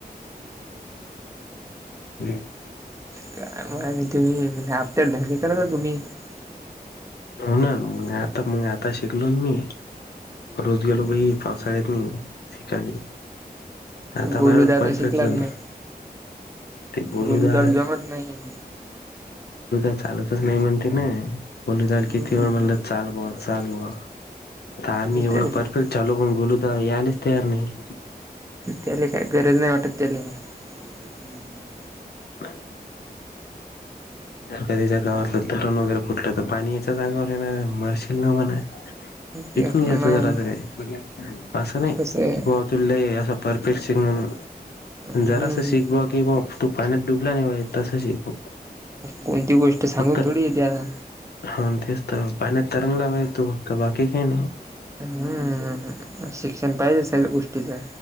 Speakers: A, on the left (about 80°); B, on the right (about 20°).
A: <inaudible>
B: <inaudible>
A: हो ना मग आता मग आता शिकलो मी. रोज गेलो बही पावसाळ्यात नाही शिकाली. आता
B: गोलू
A: माझ्यावर
B: दादा
A: परफेक्ट
B: तर शिकलाच
A: झालं
B: नाही.
A: <inaudible> गोलूदा
B: गोलू दादा जमत नाही
A: चालतच नाही म्हणते ना. गोलुदाला
B: हम्म
A: किती वेळ म्हणला चाल बाबा चाल बाबा आम्ही एवढं
B: त्या
A: परफेक्ट <unintelligible> गोलू दादा यालेच तयार नाही.
B: त्याला काय गरज नाही वाटत त्याला. <inaudible>
A: <inaudible> कधीच्या गावातलं तटण वगैरे फुटलं तर पाणी याच्या अंगावर येणार मरशील ना म्हणा. शिकून
B: तेच
A: घ्यायचं
B: ना मग
A: जरास काय. असं नाही
B: कसं आहे
A: की बाबा तुला लय असं परफेक्ट शिक म्हणून
B: हम्म
A: जरा असं शिक बा कि बा तू पाण्यात डुबला नाही तसं शिक.
B: कोणती गोष्ट सांगून
A: फक्त
B: थोडी येते आता.
A: हा तेच तर पाण्यात तरंगणार आहे तू फक्त बाकी काही नाही.
B: हम्म शिक्षण पाहिजे सगळ्या गोष्टीचं.